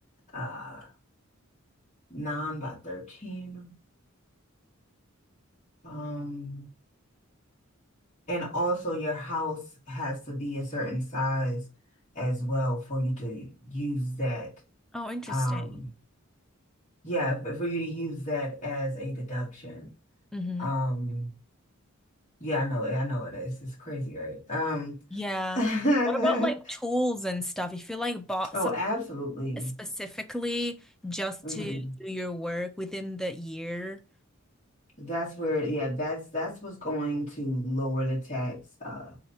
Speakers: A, on the left; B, in the centre.
A: uh, nine by thirteen. Um, And also your house has to be a certain size as well for you to use that.
B: Oh, interesting.
A: Um, yeah, but for you to use that as a deduction.
B: hmm
A: Um, yeah, I know it. I know it is. It's crazy, right? Um,
B: Yeah.
A: <laughs> oh,
B: What about like tools and stuff? If you like bought
A: absolutely.
B: something specifically just
A: Mhm.
B: to do your work within the year.
A: That's where, yeah, that's that's what's going to lower the tax uh